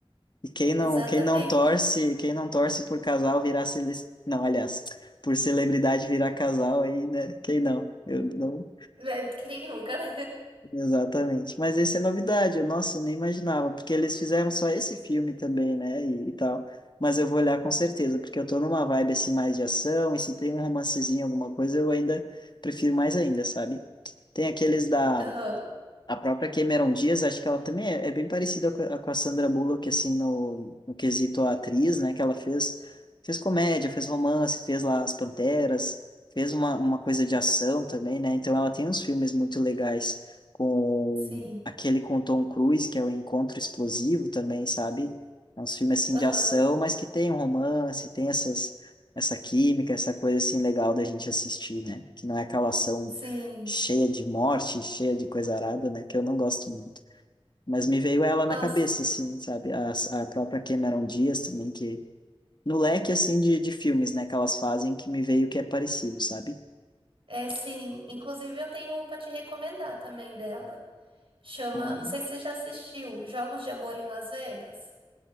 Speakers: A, on the left; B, on the right.
A: E quem não,
B: Exatamente.
A: quem não torce, quem não torce por casal virar cele... não, aliás, por celebridade virar casal aí, né? Quem não? Eu não,
B: É, Quem nunca, né?
A: Exatamente. Mas esse é novidade, eu, nossa, eu nem imaginava, porque eles fizeram só esse filme também, né, e, e tal. Mas eu vou olhar com certeza, porque eu tô numa vibe assim mais de ação, e se tem um romancezinho, alguma coisa, eu ainda prefiro mais ainda, sabe? Tem aqueles da
B: <laughs> Aham,
A: a própria Cameron Diaz, acho que ela também é, é bem parecida com a, com a Sandra Bullock, assim, no, no quesito atriz, né? Que ela fez, fez comédia, fez romance, fez lá As Panteras, fez uma, uma coisa de ação também, né? Então ela tem uns filmes muito legais com
B: sim.
A: aquele com o Tom Cruise, que é o Encontro Explosivo também, sabe? É uns filmes, assim,
B: Aham,
A: de ação, mas que tem um romance, tem essas, essa química, essa coisa, assim, legal da gente assistir, né? Que não é aquela ação
B: sim.
A: cheia de morte, cheia de coisa arada, né? Que eu não gosto muito. Mas me veio ela na
B: Nossa,
A: cabeça, assim, sabe? A, a própria Cameron Diaz também, que... No leque, assim, de, de filmes, né? Que elas fazem, que me veio que é parecido, sabe?
B: é sim. Inclusive, eu tenho um pra te recomendar também dela. Chama,
A: Ah,
B: não sei se você já assistiu, Jogos de Amor em Las Vegas.